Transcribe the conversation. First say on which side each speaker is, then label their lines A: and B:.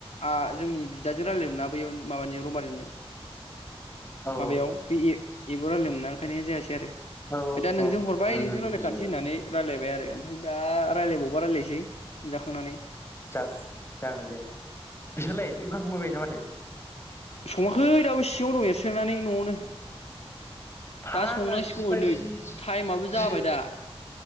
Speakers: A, on the left (about 85°); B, on the left (about 25°).
A: आ जोंनि बिदाजों रायलायोमोन ना बैयाव माबानि रमारिनिजों
B: औ
A: माबायाव बे एब एबावबो रायजलायनो मोना ओंखायनो जायासै आरो
B: औ
A: दा नोंजों
B: औ
A: हरबाय
B: उम
A: नोंजों रायलायखानोसै
B: बुजिबाय
A: होननानै बे आरो ओमफ्राय दा रायज्लायबावबा रायज्लायसै जाखांनानै
B: जागोन जागोन दे बिसोरलाय ओंखाम संहैबाय ना माथो
A: सङाखै दाबो सिङाव दं एरसोनानै न'आवनो
B: फाग्ला
A: दा संनांसिगौ
B: जि बाजि
A: नै टाइमाबो जाबाय
B: जि
A: दा